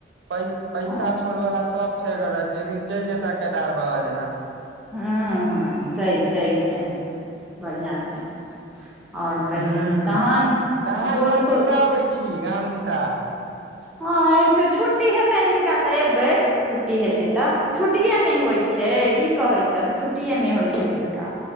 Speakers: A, on the right; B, in the centre.
A: प पैसा
B: हँ
A: छोर वला सब ठेहगर रहै छै एक दिन चलि जेता केदार बाबा जेना
B: ह्मँ हँ सही सही छै बढ़िआँ छै ओर कहि
A: हूँ
B: तहन
A: तऽ अहाँ
B: भोज
A: इम्हर
B: तोज
A: कहिया अबै छी गाम दिशा
B: हँ छुट्टी हेतनि हिनका तऽ एबै छुट्टी हेतै तऽ छुट्टीेए नहि होइत छै की कहैत छ छुट्टिये नहि होइत छनि हिनका